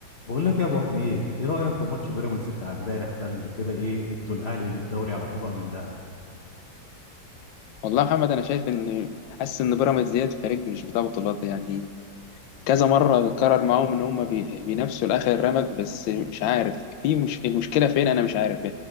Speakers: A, on the left; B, on the left.
A: بقول لك يا ابو حميد ايه رايك في ماتش بيراميدز بتاع امبارح ده اللي كده ايه ادوا الاهلي للدوري على طبق من ذهب
B: والله يا محمد انا شايف ان حاسس ان بيراميدز ديت فريق مش بتاع بطولات يعني كذا مره اتكرر معاهم ان هم بي- بينافسوا لاخر رمق بس مش عارف في مش المشكله فين انا مش عارف